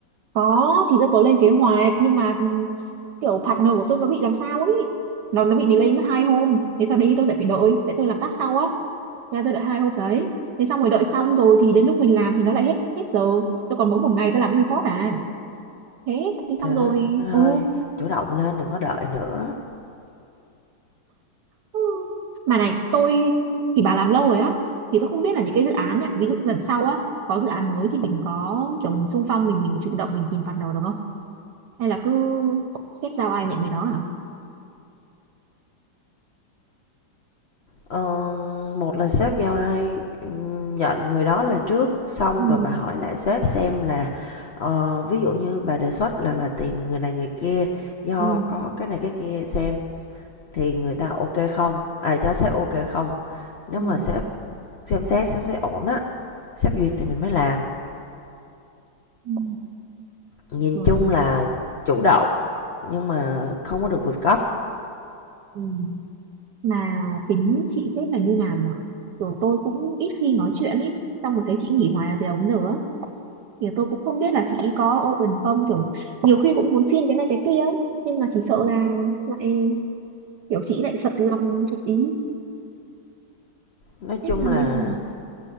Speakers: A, on the right; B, on the left.
A: có thì tôi có lên kế hoạch nhưng mà ừ, kiểu partner của tôi nó bị làm sao ấy nó nó bị delay mất hai hôm thế sao đi tôi lại phải đợi tại tôi làm task sau á thế là tôi đợi hai hôm đấy thế xong rồi đợi xong rồi thì đến lúc mình làm thì nó lại hết hết giờ tôi còn mỗi một ngày tôi làm report à thế thì
B: Trời
A: xong rồi
B: đất ơi,
A: ừ
B: chủ động lên đừng có đợi nữa.
A: Ừ. Mà này, tôi thì bà làm lâu rồi á, thì tôi không biết là những cái dự án ấy, ví dụ lần sau á, có dự án mới thì mình có kiểu mình xung phong mình mình chủ động mình tìm partner được không? Hay là cứ xếp giao ai nhận người đó hả?
B: Ờ, một là sếp giao ai, nhận người đó là trước, xong
A: Ừ,
B: rồi bà hỏi lại sếp xem là, ờ, ví dụ như bà đề xuất là bà tìm người này người kia do
A: ừ,
B: có cái này cái kia xem thì người ta ok không, à, cho sếp ok không. Nếu
A: ừ,
B: mà sếp xem xét, sếp thấy ổn á, sếp duyệt thì mình mới làm.
A: ừ,
B: Nhìn
A: rồi,
B: chung là chủ động nhưng mà không có được vượt cấp.
A: ừ. Mà tính chị xếp là như nào nhỉ? Kiểu tôi cũng ít khi nói chuyện ý, xong một thấy chị nghỉ hoài từ đầu đến giờ á, thì tôi cũng không biết là chị có open không, kiểu nhiều khi cũng muốn xin cái này cái kia ấy, nhưng mà chỉ sợ là lại kiểu chị lại phật lòng phật ý
B: Nói
A: hết
B: chung
A: là
B: là
A: như này